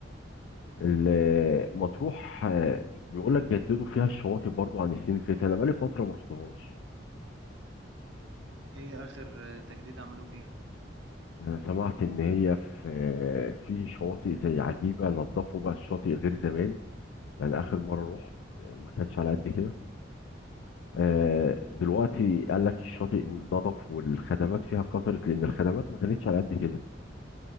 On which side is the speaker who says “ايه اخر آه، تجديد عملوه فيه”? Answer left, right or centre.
Right